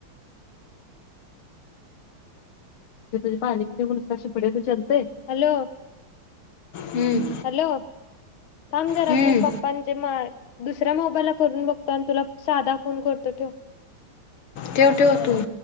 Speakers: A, on the left; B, on the left.
A: तु पानी कि तरह शिपडे तो चलतय? हँलो
B: हम्म.
A: हॅलो, थांम जरा
B: हम्म
A: मी पप्पांचे माय दुसऱ्या मोबाईल ला करून बघतो आणि तुला साधा फोन करतो ठेव.
B: ठेव ठेव तु